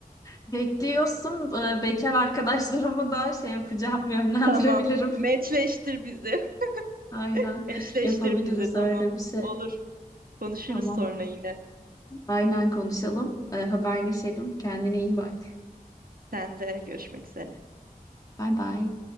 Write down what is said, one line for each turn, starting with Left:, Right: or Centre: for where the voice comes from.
Left: bekliyorsun. E, bekar arkadaşlarımı da şey yapacağım, <laughs> yönlendirebilirim.
Right: Tamam. Meçleştir bizi. <laughs>
Left: Aynen
Right: Eşleştir
Left: yapabiliriz
Right: bizi
Left: öyle
Right: tamam.
Left: bir şey.
Right: Olur. Konuşuruz
Left: Tamam.
Right: sonra yine.
Left: Aynen konuşalım. Ee, haberleşelim. Kendine iyi bak.
Right: Sen de görüşmek üzere.
Left: Bay bay.